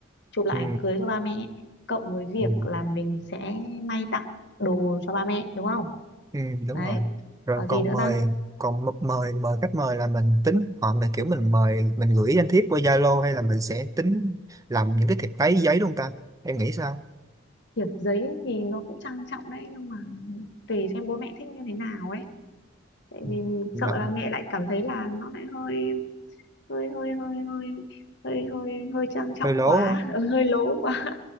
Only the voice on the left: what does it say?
chụp lại
ảnh cưới cho ba mẹ, cộng với việc
là mình sẽ may tặng đồ cho ba mẹ đúng không?
Đấy.
Ở gì
nữa
ta?
Thiệp giấy thì nó cũng trang trọng đấy nhưng mà tùy xem bố mẹ thích như thế nào ấy. Tại
vì
sợ là mẹ lại cảm thấy là nó lại hơi hơi hơi hơi hơi hơi hơi hơi trang trọng
quá, <laughs> hơi lố quá.